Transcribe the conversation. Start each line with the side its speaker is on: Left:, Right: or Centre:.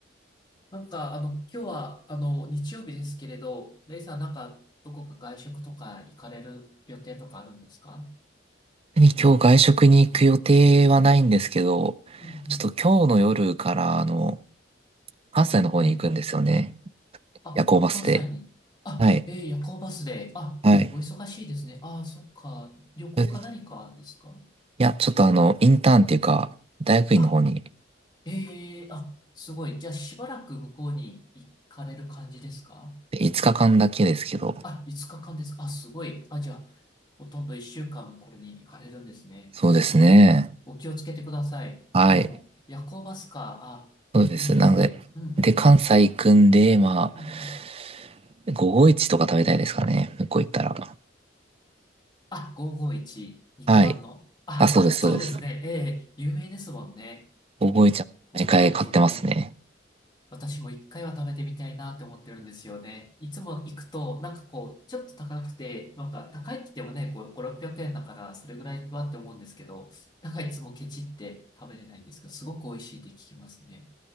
Left: なんか、あの、今日は、あの、日曜日ですけれど、レイさん、なんか、どこか外食とか行かれる予定とかあるんですか
Right: 今日外食に行く予定はないんですけど、
Left: うんうん。
Right: ちょっと今日の夜から、あの、関西の方に行くんですよね。
Left: はい。あ、
Right: 夜行バスで。
Left: 関西に。あ、
Right: はい。
Left: えー、夜行バスで。あ、
Right: はい。
Left: お忙しいですね。あー、そっか。旅行か何かですか
Right: それでいや、ちょっとあの、インターンっていうか、大学院の方に
Left: あ、えー、あ、すごい。じゃあ、しばらく向こうに行かれる感じですか
Right: 5日間だけですけど、
Left: あ、5日間ですかあ、すごい。あ、じゃあ、ほとんど一週間これに行かれるんですね。
Right: そうですね。
Left: すごい、お気をつけてください。
Right: はい。
Left: あ、でも、夜行バスか。あ、
Right: そうです。
Left: いいですね。
Right: なので、
Left: うん。
Right: で、関西行くんで、まあ、
Left: うんうん
Right: 午後一とか食べたいですかね。向こう行ったら。
Left: あ、551、肉まんの。
Right: はい。
Left: あ、
Right: あ、そうです、
Left: そうですね。
Right: そうです。
Left: ええ、有名ですもんね。
Right: 午後一は毎回買ってますね。
Left: 551ね。私も一回は食べてみたいなって思ってるんですよね。いつも行くと、なんかこう、ちょっと高くて、なんか高いって言ってもね、こう、5、600円だから、それぐらいはって思うんですけど、なんかいつもケチって食べれないんですけど、すごく美味しいって聞きますね。